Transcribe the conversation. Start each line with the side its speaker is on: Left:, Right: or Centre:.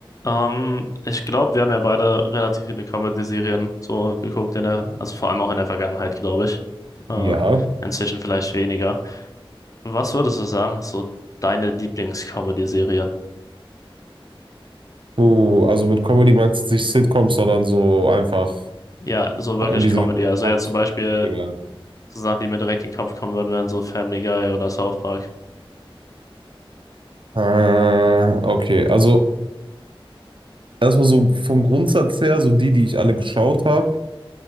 Left: Ähm, ich glaube, wir haben ja beide relativ viele Comedy-Serien so geguckt in der, also vor allem auch in der Vergangenheit, glaube ich. Äh,
Right: Ja.
Left: inzwischen vielleicht weniger. Was würdest du sagen, ist so deine Lieblings-Comedy-Serie?
Right: Oh, also mit Comedy meinst du nicht Sitcoms, sondern so einfach
Left: Ja, so wirklich
Right: vor allem diese
Left: Comedy. Also
Right: Cartoon-Dinger.
Left: jetzt zum Beispiel so Sachen, die mir direkt in den Kopf kommen würden, wären so Family Guy oder South Park.
Right: Ah, okay. Also erstmal so vom Grundsatz her, so die, die ich alle geschaut habe.